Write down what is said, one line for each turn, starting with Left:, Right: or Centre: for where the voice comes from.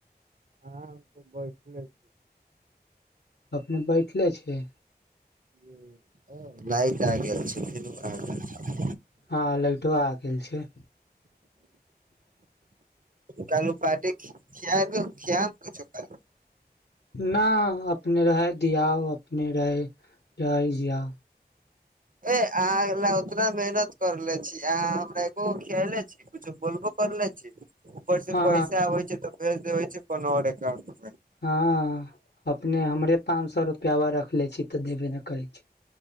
Right: आहाँ कुछ बैजते नैय <inaudible>
Left: अपने बैठले छी कि
Right: लाइट आ गेल छै आ
Left: ह लाइटबा आ गेल छै
Right: कालौ पार्टी खिया- खिया के किछो कि
Left: न अपने रहे दियाउ अपने रहे रहै जियाउ
Right: ए आहाँ ले उतना मेहनत करले छी आहाँ हमरा एको गो खियले छी। कुछो बोलबो करले छी ऊपर से
Left: हँ
Right: पैसा आबे छै तऽ भेज देे छै कोनो और <inaudible> एकाउंट पर
Left: ह अपने हमरे पांच सौ रुपयावा रखले छी तऽ देबे नैय करै छी